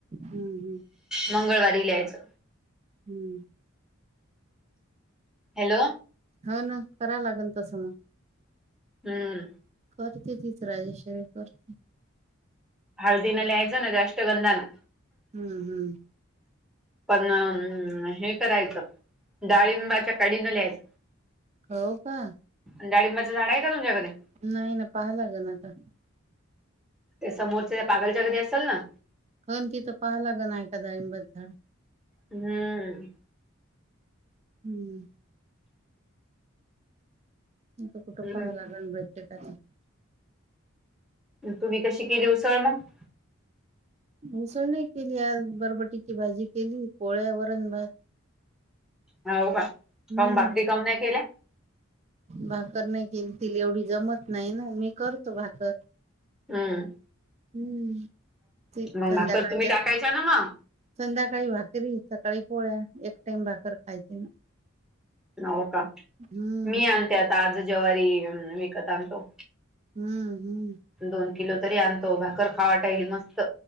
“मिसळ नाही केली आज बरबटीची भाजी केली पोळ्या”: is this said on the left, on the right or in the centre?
Right